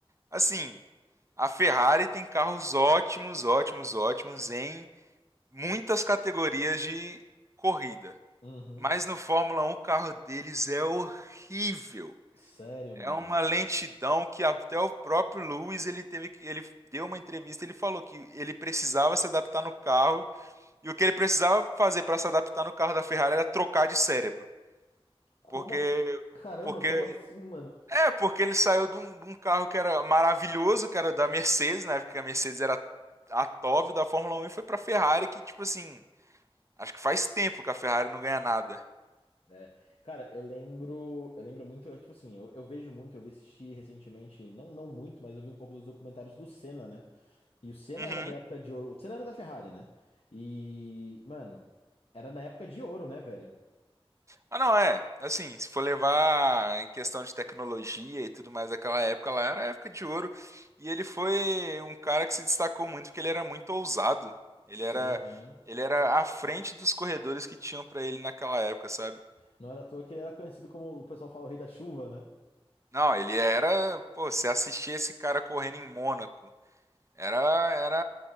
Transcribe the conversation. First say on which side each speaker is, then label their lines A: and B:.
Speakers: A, on the right; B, on the left.
A: Assim, a Ferrari tem carros ótimos, ótimos, ótimos em muitas categorias de corrida.
B: Uhum.
A: Mas no Fórmula 1 o carro deles é horrível.
B: Sério,
A: É
B: mano.
A: uma lentidão que até o próprio Lewis ele teve que ele deu uma entrevista, ele falou que ele precisava se adaptar no carro e o que ele precisava fazer para se adaptar no carro da Ferrari era trocar de cérebro,
B: Como?
A: porque
B: a- Caramba,
A: porque
B: como assim, mano?
A: É, porque ele saiu de um, de um carro que era maravilhoso, que era da Mercedes, na época que a Mercedes era a top da Fórmula Um e foi pra Ferrari, que, tipo assim, acho que faz tempo que a Ferrari não ganha nada.
B: É, cara, eu lembro, eu lembro muito, tipo assim, eu, eu vejo muito, eu vi assistir recentemente, não, não muito, mas eu vi um pouco dos documentários do Senna, né? E o Senna
A: Uhum.
B: era da época de ouro, o Senna era da Ferrari, né? E, mano, era na época de ouro, né, velho?
A: Ah, não, é. Assim, se for levar em questão de tecnologia e tudo mais, aquela época lá era a época de ouro. E ele foi um cara que se destacou muito porque ele era muito ousado. Ele
B: Sim,
A: era,
B: né?
A: ele era à frente dos corredores que tinham pra ele naquela época, sabe?
B: Não era à toa que ele era conhecido como o pessoal fala o rei da chuva, né?
A: Não, ele era, pô, você assistia esse cara correndo em Mônaco. Era, era,